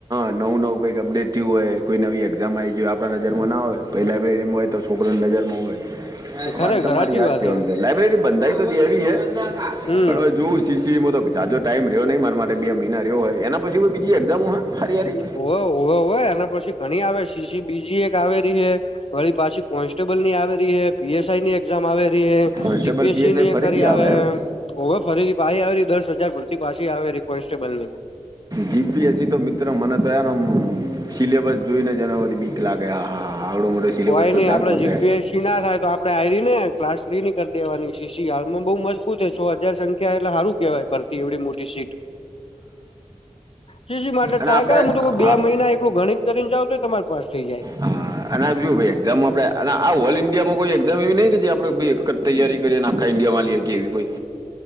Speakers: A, on the right; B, on the left.
A: નવું નવું કઈ અપડેટ થયું હોય કોઈ નવી એક્ઝામ આવી જઈ આપણા નજરમાં ના હોય પહેલાં બૈરીમાં હોય તો છોકરાને નજરમાં હોય.
B: ખરેખર
A: તમારી
B: હાચી
A: યાદ
B: વાત
A: છે
B: હે
A: આમ તો લાઈબ્રેરી બંધાઈ તો દેવી હે
B: હમ
A: પણ જોઉ સીસી ને બ જાજો ટાઈમ રહ્યો નહી મારા માટે બે મહિના રહ્યો હે. એના પછી કોઈ બીજી એક્ઝામો હે હારી હારી?
B: હોવે હોવે હોવે એના પછી ઘણી આવે સી સી બીજી એક આવે રીહ વળી પાછી કોન્સ્ટેબલ ની આવે રહી હે પી એસ આઈ ની એક્ઝામ આવે રહી હે
A: constable
B: જી P S
A: PSI
B: C ની
A: ફરીથી
B: ઘરી આવે.
A: એમ
B: ઓવે ફરીથી પાહી આવે રહી દસ હજાર ભરતી પાછી આવે રહી કોન્સ્ટેબલની.
A: જી પી એસ સી તો મિત્ર મને તો હેને સિલેબસ જોઈને જ એનામાંથી બીક લાગે આ હા હા હા આવડો મોટો સિલેબસ
B: કોઈ
A: તો
B: નઈ
A: ચાર
B: આપડે
A: પતે.
B: જીપીએસસી ના થાય તો આપડે આયરીને ક્લાસ થ્રી ની કર દેવાની સી સી હાલમાં બહુ મજબૂત હે છ હજાર સંખ્યા એટલે સારું કેહવાય ભરતી એવડી મોટી સીટ. સી સી માટે ટ્રાય
A: અને આપણે
B: કર મુ
A: આ
B: તો કહુ બે
A: હા,
B: મહિના એકલું ગણીત ત કરીને જાઓ તોય તમાર પાસ થઈ જાય.
A: હા અને આ બીજુ ભઈ એક્ઝામ આપડે અને આ ઓલ ઇન્ડિયામાં કોઈ એક્ઝામ એવી નહી કે આપણે ભઈ એક જ તૈયારી કરીએ ને આખા ઇન્ડિયા આલી હકીયે એવી કોઈ?